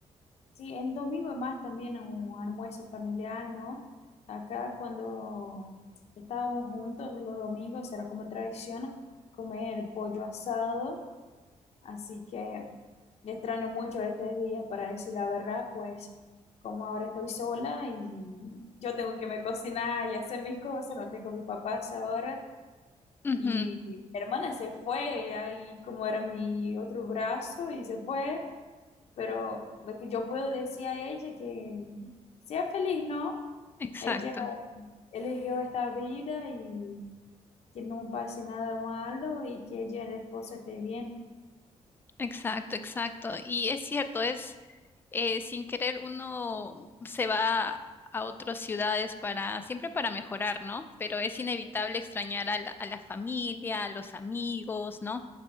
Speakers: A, on the left; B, on the left.
A: Sí, en domingo es más también un almuerzo familiar, ¿no? Acá cuando estábamos juntos los domingos era como tradición comer pollo asado, así que extraño mucho estos días para decir la verdad, pues como ahora estoy sola y yo tengo que me cocinar y hacer mis cosas, no tengo mis papás ahora.
B: Ujú,
A: Y mi hermana se fue, ahí como era mi otro brazo, y se fue. Pero lo que yo puedo decir a ella que sea feliz, ¿no?
B: exacto.
A: Ella eligió esta vida y que no pase nada malo y que ella y el esposo esté bien.
B: Exacto, exacto. Y es cierto, es eh, sin querer uno se va a otras ciudades para, siempre para mejorar, ¿no? Pero es inevitable extrañar a la, a la familia, a los amigos, ¿no?